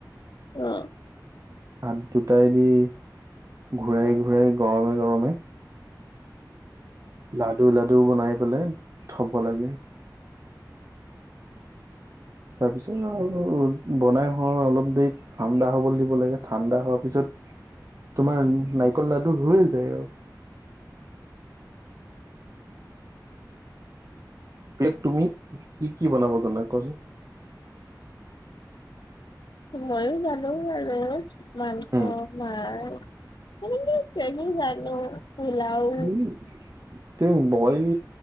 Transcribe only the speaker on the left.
অ
মইয়ো জানো আৰু মাংস
মাছ ত চেনি জানো পোলও